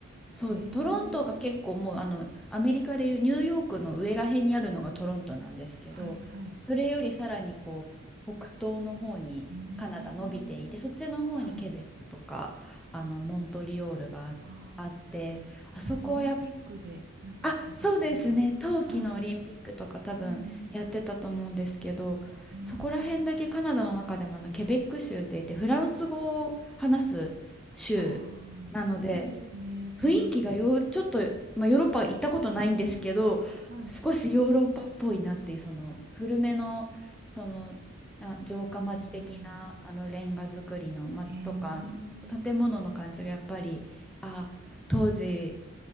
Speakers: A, in the centre; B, on the right.
A: そうです。
B: へえ。
A: トロントが結構もうあのアメリカでいうニューヨークの上ら辺にあるのがトロントなんですけど、
B: はいはい。
A: それよりさらにこう北東の方にカナダ伸びていて、
B: うーん。
A: そっちの方にケベックとかあのモントリオールがああって、
B: はい。あ
A: あそこはやっ
B: ーあ、オリンピックでなんか聞いたことが。
A: あ、そうですね。冬季のオリンピックとか多分やってたと思うんですけど、
B: はい。うんうん。ええ。
A: そこら辺だけカナダの中でもあのケベック州って言ってフランス語を話す州なので。
B: ああ、そうなんですね。
A: 雰囲気がよ、
B: うん。
A: ちょっと、まあ、ヨーロッパ行ったことないんですけど、
B: ええ。はい。
A: 少しヨーロッパっぽいなっていう、その古めの、その、な城下町的なあのレンガ造りの町とか、
B: うんうん。ええ。
A: 建物の感じがやっぱり、あ、当時、